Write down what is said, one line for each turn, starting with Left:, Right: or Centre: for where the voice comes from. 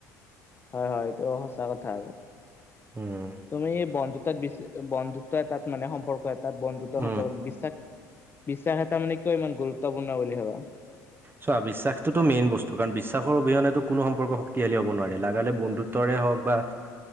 Left: হয় হয়টো সঁচা কথা। আৰু
Right: উম,
Left: তুমি বন্ধু তাত বন্ধুত্ব এটাত মানে সম্পৰ্ক এটা বন্ধুত্বৰ সম্পৰ্ক
Right: উম।
Left: বিশ্বাস বিশ্বাস এটা মানে কিয় ইমান গুৰুত্বপূৰ্ণ বুলি ভাবা?
Right: ছোৱা 'বিশ্বাসটোতো মেইন বস্তু। কাৰণ, বিশ্বাসৰ অবিহনেতো কোনো সম্পৰ্ক শক্তিশালী হ'ব নোৱাৰে। লাগালে বন্ধুত্বৰে হওক বা